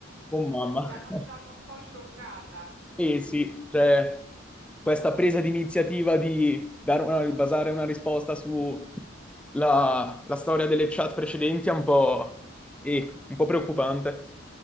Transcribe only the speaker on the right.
Mi ha
lasciata un po' scioccata.